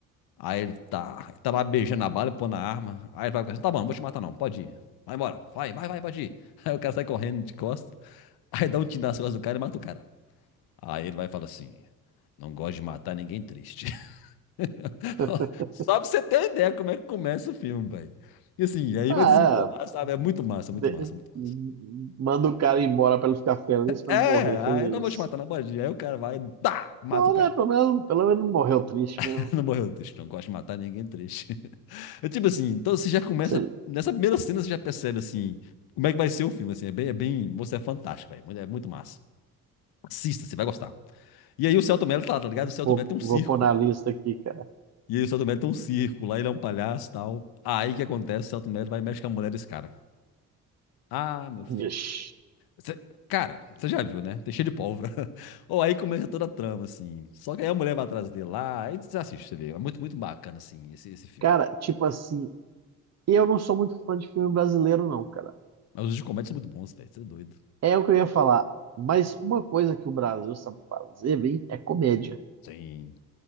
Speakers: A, on the left; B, on the right.
A: Aí ele tá, ele tá lá beijando a bala, pôr na arma. Aí ele vai ficar assim, tá bom, não vou te matar não, pode ir. Vai embora, vai, vai, vai, pode ir. <laughs> Aí o cara sai correndo de costas, aí dá um tiro nas costas do cara e mata o cara. Aí ele vai e fala assim, não gosto de matar ninguém triste. <laughs>
B: <laughs>
A: Só pra você ter uma ideia como é que começa o filme, velho. E assim, aí
B: Ah,
A: vai desembolar,
B: é.
A: sabe? É muito massa,
B: de-
A: muito massa, muito massa.
B: manda o cara embora pra ele ficar feliz, pra
A: É,
B: ele morrer feliz.
A: aí não vou te matar, não pode ir. Aí o cara vai, tá, mata
B: Bom,
A: o cara.
B: né? Pelo menos, pelo menos não morreu triste mesmo.
A: <laughs> Não morreu triste, não gosto de matar ninguém triste. <laughs> É tipo assim, então você já começa.
B: Se-
A: Nessa primeira cena você já percebe assim como é que vai ser o filme. Assim, é bem, é bem. Moço, é fantástico, velho. É muito massa. Assista, você vai gostar. E aí o Celto Mello tá lá, tá ligado? O Celto
B: Vou,
A: Mello tem um circo.
B: vou pôr na lista aqui, cara.
A: E aí o Celto Mello tem um circo, lá ele é um palhaço e tal. Aí o que acontece? O Celto Mello vai e mexe com a mulher desse cara. Ah, meu filho.
B: Ixi.
A: Cê- cara, você já viu, né? Tem cheio de pólvora. <laughs> Ou aí começa toda a trama, assim. Só que aí a mulher vai atrás dele lá, aí você assiste, você vê. É muito, muito bacana, assim, esse, esse filme.
B: Cara, tipo assim, eu não sou muito fã de filme brasileiro, não, cara.
A: Mas os de comédia são muito bons, velho. Você é doido.
B: É o que eu ia falar. Mas uma coisa que o Brasil sabe fazer bem é comédia.
A: Sim.